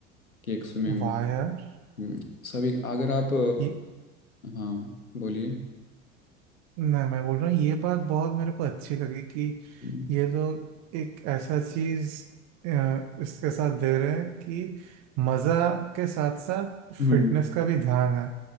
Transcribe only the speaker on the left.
कि एक स्विमिंग
हम्म, सभी अगर आप
हाँ बोलिए
हम्म।
हम्म